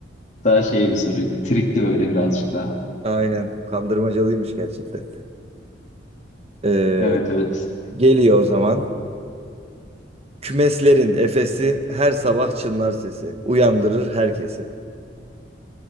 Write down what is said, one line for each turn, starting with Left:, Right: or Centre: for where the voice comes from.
Left: daha şey bir soruydu. Trikli böyle birazcık daha.
Right: Aynen. Kandırmacalıymış gerçekten. Ee,
Left: Evet evet.
Right: geliyor o zaman. Kümeslerin efesi her sabah çınlar sesi. Uyandırır herkesi.